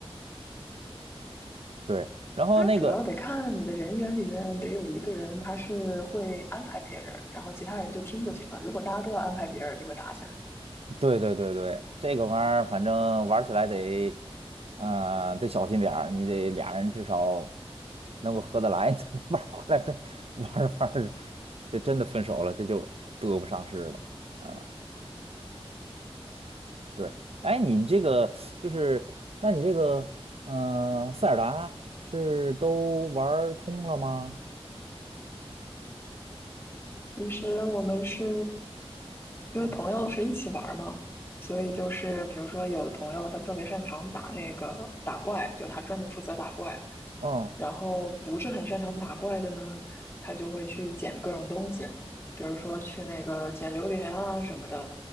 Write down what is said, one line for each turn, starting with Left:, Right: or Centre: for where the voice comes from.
Right: 对，然后那个，
Left: 它主要得看你的人员里面得有一个人他是会安排别人，然后其他人就听就行了。如果大家都要安排别人，就会打起来。
Right: 对对对对，这个玩意儿反正玩起来得，呃，得小心点儿，你得俩人至少能够合得来，<laughs> 你才能玩儿回来。这玩儿着玩儿着这真的分手了，这就得不偿失了。啊，对，哎，你这个就是，那你这个，嗯、塞尔达是都玩儿通了吗？
Left: 其实我们是因为朋友是一起玩儿嘛，
Right: 嗯
Left: 所以就是比如说有的朋友他特别擅长打那个打怪，就他专门负责打怪，
Right: 嗯。
Left: 然后不是很擅长打怪的呢，他就会去捡各种东西，比如说去那个捡榴莲啊什么的，